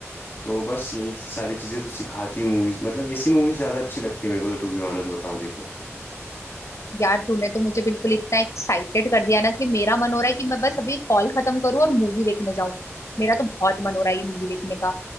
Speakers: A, on the left; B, on the left.
A: तो बस यही सारी चीजें तो सिखाती मूवीज मतलब ऐसी मूवीज ज्यादा अच्छी लगती है मेरे को तो टू बी ऑनेस्ट बताऊं देखो
B: यार तूने तो मुझे बिल्कुल इतना एक्साइटेड कर दिया ना कि मेरा मन हो रहा है कि मैं बस अभी कॉल खत्म करूँ और मूवी देखने जाऊं मेरा तो बहुत मन हो रहा है ये मूवी देखने का